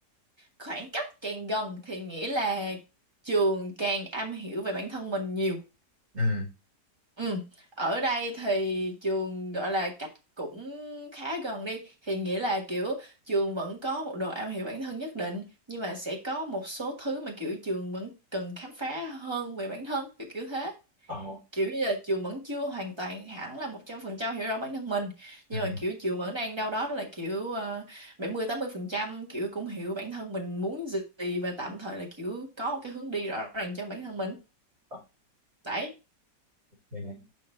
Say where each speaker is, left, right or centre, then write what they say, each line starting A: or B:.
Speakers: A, on the right (about 15°); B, on the right (about 40°).
A: khoảng cách càng gần thì nghĩa là trường càng am hiểu về bản thân mình nhiều.
B: ừ.
A: Ừ, ở đây thì trường gọi là cách cũng khá gần đi thì nghĩa là kiểu trường vẫn có một độ am hiểu bản thân nhất định nhưng mà sẽ có một số thứ mà kiểu trường vẫn cần khám phá hơn về bản thân kiểu kiểu thế
B: Ồ,
A: kiểu như là Trường vẫn chưa hoàn toàn hẳn là một trăm phần trăm hiểu rõ bản thân mình nhưng
B: ừ.
A: mà kiểu Trường vẫn đang đâu đó là kiểu ờ, bảy mươi tám mươi phần trăm kiểu cũng hiểu bản thân mình muốn gì và tạm thời là kiểu có một cái hướng đi rõ ràng cho bản thân mình
B: Ồ,
A: đấy
B: ok.